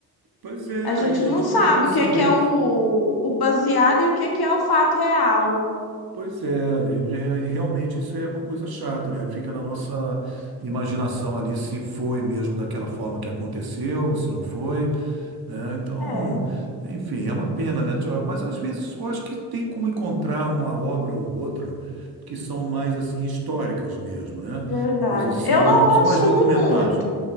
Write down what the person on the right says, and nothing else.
Pois é,
aí a gente
não
tem como saber.
Pois é, é, realmente isso é uma coisa chata, né? Fica na nossa imaginação ali se foi mesmo daquela forma que aconteceu, se não foi, né? Então,
enfim, é uma pena, né? Tio? Mas às vezes eu acho que tem como encontrar uma obra ou outra que são mais assim históricas mesmo, né?
Coisas assim,
do-
são mais documentários.